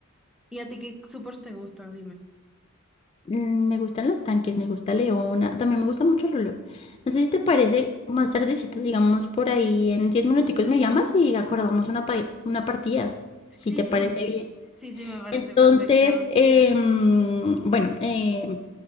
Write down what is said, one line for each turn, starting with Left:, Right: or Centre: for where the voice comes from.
Centre: ¿Y a ti qué supports te gustan? Dime.
Left: Mm, Me gustan los tanques, me gusta Leona, también me gusta mucho Lolo. No sé si te parece, más tardecito, digamos por ahí, en 10 minuticos me llamas y acordamos una, pa- una partida, si
Centre: Sí,
Left: te
Centre: sí,
Left: parece bien.
Centre: sí, sí, me parece
Left: Entonces,
Centre: perfecto.
Left: eh, mm, bueno, em,